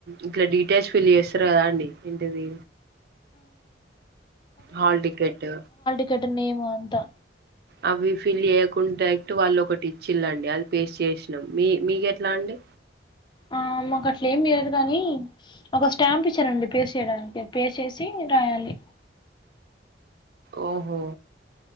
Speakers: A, on the right; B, on the left.
A: ఇట్లా డీటెయిల్స్ ఫిల్ చేస్తారు కదా అండి ఎంటిది హల్ టికెట్
B: ఇక్కడనేమో అంతా
A: అవి ఫిల్ చేయ్యకుండా డైరక్ట్ వాళ్ళు ఒకటి ఇచ్చిల్లండి అది పేస్ట్ చేసినాం మీ మీకు ఎట్లా అండి
B: ఆ మాకు అట్లే ఏమి లేదు కానీ ఒక స్టాంప్ ఇచ్చారండి పేస్ స్ట్ చేయడానికి పేస్ట్ చేసి రాయాలి
A: ఓహో